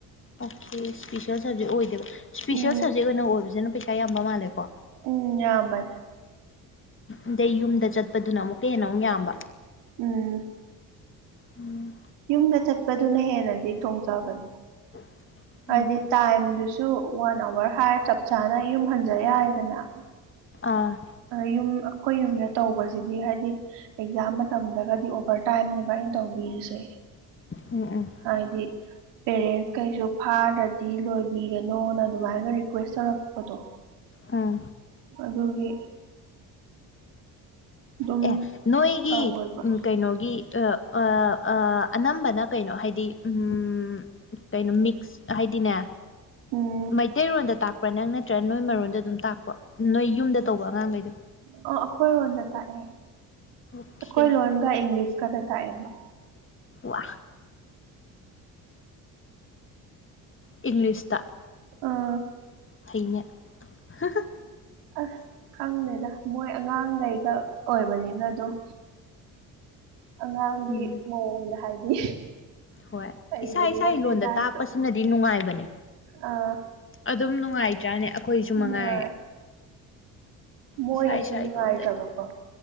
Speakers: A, on the left (about 30°); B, on the right (about 80°).
A: ꯑꯣꯀꯦ ꯏꯁꯄꯤꯁꯦꯜ ꯁꯕꯖꯦꯛ ꯑꯣꯏꯗꯕ ꯏꯁꯄꯤꯁꯦꯜ
B: ꯎꯝ
A: ꯁꯕꯖꯦꯛ ꯑꯣꯏꯅ ꯑꯣꯏꯕꯁꯤꯅ ꯄꯩꯁꯥ ꯌꯥꯝꯕ ꯃꯥꯜꯂꯦꯀꯣ
B: ꯎꯝ ꯌꯥꯝꯕꯅꯦ
A: ꯑꯗꯩ ꯌꯨꯝꯗ ꯆꯠꯄꯗꯨꯅ ꯑꯃꯨꯛꯀ ꯍꯦꯟꯅ ꯑꯃꯨꯛ ꯌꯥꯝꯕ
B: ꯎꯝ
A: ꯎꯝ
B: ꯌꯨꯝꯗ ꯆꯠꯄꯗꯨꯅ ꯍꯦꯟꯅꯗꯤ ꯇꯣꯡꯖꯕꯅꯦ
A: <inaudible>
B: ꯍꯥꯏꯗꯤ ꯇꯥꯏꯝꯗꯨꯁꯨ ꯋꯥꯟ ꯑꯋꯥꯔ ꯍꯥꯏꯔ ꯆꯞ ꯆꯥꯅ ꯌꯨꯝ ꯍꯟꯖ ꯌꯥꯏꯗꯅ
A: ꯑꯥ
B: ꯌꯨꯝ ꯑꯩꯈꯣꯏ ꯌꯨꯝꯗ ꯇꯧꯕꯁꯤꯗꯤ ꯍꯥꯏꯗꯤ ꯑꯦꯛꯖꯥꯝ ꯃꯇꯝꯗꯒꯗꯤ ꯑꯣꯚꯔ ꯇꯥꯏꯝꯅꯦꯕ ꯑꯩꯅ ꯇꯧꯕꯤꯔꯤꯁꯦ
A: ꯎꯝ ꯎ
B: ꯍꯥꯏꯗꯤ ꯄꯦꯔꯦꯟꯁ ꯈꯩꯁꯨ ꯐꯥꯗ꯭ꯔꯗꯤ ꯂꯣꯏꯕꯤꯔꯅꯣꯅ ꯑꯗꯨꯃꯥꯏꯒ ꯔꯤꯀ꯭ꯋꯦꯁ ꯇꯧꯔꯛꯄꯗꯣ
A: ꯎꯝ
B: ꯑꯗꯨꯒꯤ ꯑꯗꯨꯝ
A: ꯑꯦ ꯅꯣꯏꯒꯤ
B: ꯇꯧꯋꯦꯕ
A: ꯎꯝ ꯀꯩꯅꯣꯒꯤ ꯑ ꯑ ꯑ ꯑꯅꯝꯕꯅ ꯀꯩꯅꯣ ꯍꯥꯏꯗꯤ ꯎꯝ ꯎꯝ ꯀꯩꯅꯣ ꯃꯤꯛꯁ ꯍꯥꯏꯗꯤꯅꯦ
B: ꯎꯝ
A: ꯃꯩꯇꯩꯔꯣꯟꯗ ꯇꯥꯛ ꯄ꯭ꯔꯥ ꯅꯪ ꯅꯠꯇ꯭ꯔꯒ ꯅꯣꯏ ꯃꯔꯣꯟꯗ ꯑꯗꯨꯝ ꯇꯥꯛꯄ꯭ꯔ ꯅꯣꯏ ꯌꯨꯝꯗ ꯇꯧꯕ ꯑꯉꯥꯡꯈꯩꯗꯣ
B: ꯑ ꯑꯩꯈꯣꯏꯔꯣꯟꯗ ꯇꯥꯛꯑꯦ
A: ꯎ ꯈꯦ
B: ꯑꯩꯈꯣꯏ ꯂꯣꯟꯒ ꯏꯪꯂꯤꯁꯀꯗ ꯇꯥꯑꯦꯕ
A: ꯋꯥ ꯏꯪꯂꯤꯁꯇ
B: ꯑꯥ
A: ꯐꯩꯅꯦ ꯍꯍꯥ
B: ꯑꯁ ꯈꯪꯗꯦꯗ ꯃꯣꯏ ꯑꯉꯥꯡꯈꯩꯒ ꯑꯣꯏꯕꯅꯤꯅ ꯑꯗꯨꯝ ꯑꯉꯥꯡꯒꯤ
A: ꯎꯝ
B: ꯃꯑꯣꯡꯗ ꯍꯥꯏꯕꯤ
A: ꯍꯣꯏ
B: ꯍꯩꯕꯗꯤ
A: ꯏꯁꯥ ꯏꯁꯥꯒꯤ
B: ꯅꯠꯇꯦ
A: ꯂꯣꯟꯗ
B: ꯇꯥꯔꯁꯨ
A: ꯇꯥꯛꯄꯁꯤꯅꯗꯤ ꯅꯨꯡꯉꯥꯏꯕꯅꯦ
B: ꯑꯥ
A: ꯑꯗꯨꯝ ꯅꯨꯡꯉꯥꯏꯇ꯭ꯔꯥꯅꯦ ꯑꯩꯈꯣꯏꯁꯨ ꯃꯉꯥꯏꯔꯦ
B: ꯅꯨꯡꯉꯥꯏ ꯃꯣꯏꯅꯁꯨ
A: ꯏꯁꯥꯏ ꯁꯥꯏ
B: ꯅꯨꯡꯉꯥꯏꯇꯕꯀꯣ
A: ꯂꯣꯟꯗꯩ ꯇꯧ